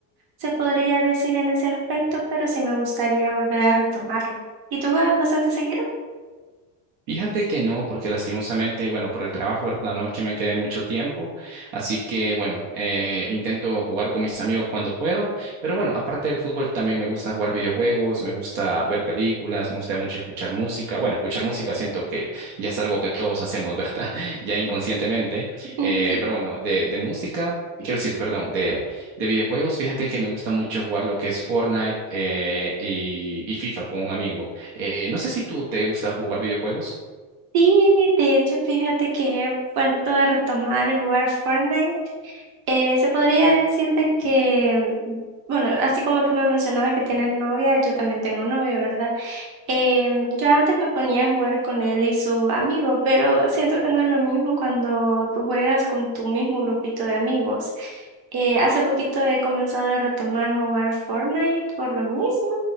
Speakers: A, on the right; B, on the right.
A: se podría decir en ese aspecto, pero sí me gustaría volver a retomarlo. ¿Y tú juegas bastante seguido?
B: Fíjate que no, porque lastimosamente, bueno, por el trabajo, ¿verdad? No es que me quede mucho tiempo, así que bueno, eh, intento jugar con mis amigos cuando puedo, pero bueno, aparte del fútbol también me gusta jugar videojuegos, me gusta ver películas, me gusta mucho escuchar música, bueno, escuchar música siento que ya es algo que todos hacemos, ¿verdad? <laughs> Ya inconscientemente,
A: <laughs>
B: eh,
A: Sí.
B: pero bueno, de, de música. Quiero decir, perdón, de, de videojuegos, fíjate que me gusta mucho jugar lo que es Fortnite eh, y, y FIFA con un amigo. Eh, no sé si tú te gusta jugar videojuegos.
A: Sí, de hecho, fíjate que he vuelto a retomar el jugar Fortnite. Eh, se podría decir de que, mm, bueno, así como tú me mencionabas que tienes novia, yo también tengo novio, ¿verdad? Em, yo antes me ponía a jugar con él y su amigo, pero siento que no es lo mismo cuando tú juegas con tu mismo grupito de amigos. Eh, hace poquito he comenzado a retomar jugar Fortnite por lo mismo.